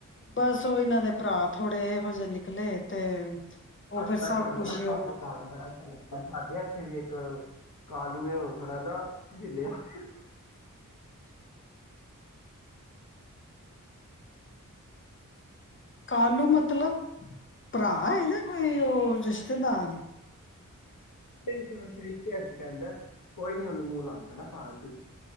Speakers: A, on the left (about 40°); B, on the left (about 80°).
A: ਬਸ ਉਹ ਇਹਨਾਂ ਦੇ ਭਰਾ ਥੋੜੇ ਇਹੋ ਜਿਹੇ ਨਿਕਲੇ ਤੇ,
B: <unintelligible>
A: ਉਹ ਫਿਰ
B: ਘਰ
A: ਸਭ
B: ਦਾ
A: ਕੁਛ
B: ਕੰਮ
A: ਉਹਨਾਂ
B: ਕਾਫੀ ਬੜਾ ਹੈ ਸਾਡੇ, ਉੱਥੇ ਵੀ ਇੱਕ ਕਾਲੂ ਹੈ, ਉਹ ਥੋੜਾ ਨਾ ਹਿਲਿਆ ਵੇ,
A: ਕਾਲੂ ਮਤਲਬ, ਭਰਾ ਨਾ ਕੋਈ ਉਹ ਰਿਸ਼ਤੇਦਾਰ
B: ਨਹੀਂ ਥੋੜਾ ਸਰੀਕੇ ਸੀ ਪੈਂਦਾ ਕੋਈ ਨੀ ਉਹਨੂੰ ਮੂੰਹ ਲਾਦਾ ਨਾ ਫਾਲਤੂ,